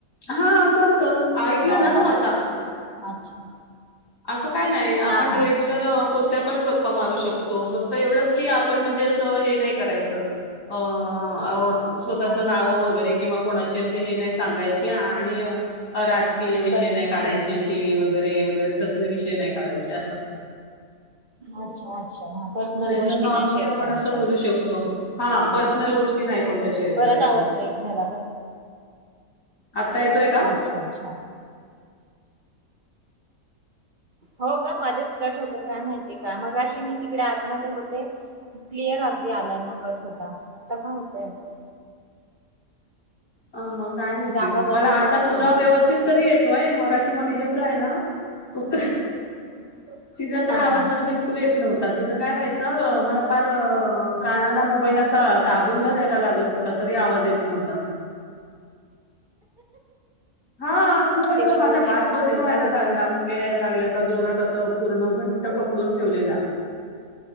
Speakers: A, on the left; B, on the right.
A: हा चालत, ऐकलं
B: नॉर्मल
A: ना तू आता
B: अच्छा,
A: असं काय नाही. आपण
B: हा
A: रेग्युलर
B: हा
A: कोण त्या पण गप्पा मारू शकतो. फक्त एवढंच की आपण म्हणजे असं हे नाही करायचं, अ.. अ.. स्वतःच
B: हा
A: नाव, वगैरे किंवा कोणाची असे हे नाही सांगायची आणि राज हे विषय
B: पर्सनल
A: नाही काढायचे शिवी वगैरे वगैरे तसले विषय नाही काढायचे असं.
B: अच्छा अच्छा. पर्सनल
A: नाही
B: गोष्टी
A: तर नॉर्मली
B: शेअर
A: आपण
B: करायच्या
A: अस बोलू शकतो. हा पर्स नल गोष्टी नाही कोणत्या शेअर
B: परत
A: करायच्या.
B: आवाज ब्रेक झाला ग
A: आता येतोय का
B: अच्छा अच्छा. हो ग मध्येच कट होतो काय माहितीय का? मगाशी मी तिकडे आतमध्ये होते. क्लिअर अगदी आलाना कट होता आता का होतय असं
A: अ काय माहिती
B: जागा बदलून
A: मला आता
B: बघ
A: तुझा
B: थोडी
A: व्यवस्थित
B: तू
A: तरी येतोय. मगाशी मनीषा चा आहे ना ह ह.
B: <inaudible>
A: तिचा तर आवाज
B: हा
A: मला बिलकुल येत नव्हता. तिचं काय व्हायचं मला फार कानाला मोबाईल अस ह दाबून धरायला लागत होता, तरी आवाज येत नव्हता. हा खूप असं
B: तिला
A: माझा
B: बोलायचं
A: हात बधीर
B: ना जोरात
A: व्हायला लागला,
B: बोल
A: मुंग्या यायला लागल्या, का जोरात असं पूर्ण घट पकडून ठेवलेला.